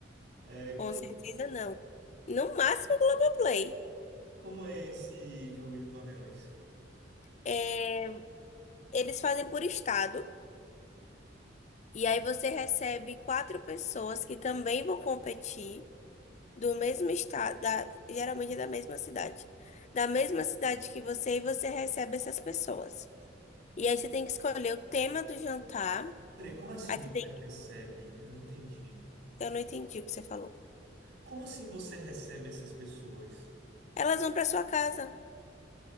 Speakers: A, on the right (about 70°); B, on the left (about 35°).
A: É,
B: Com
A: como,
B: certeza não. No máximo Globoplay.
A: como é esse jogo de panelas?
B: É, eles fazem por estado. E aí você recebe quatro pessoas que também vão competir do mesmo estado, da, geralmente é da mesma cidade. Da mesma cidade que você, e você recebe essas pessoas. E aí você tem que escolher o tema do jantar.
A: Peraí, como assim
B: Aí
A: você
B: você tem,
A: recebe? Eu não entendi.
B: eu não entendi o que você falou.
A: Como assim você recebe essas pessoas?
B: Elas vão para sua casa.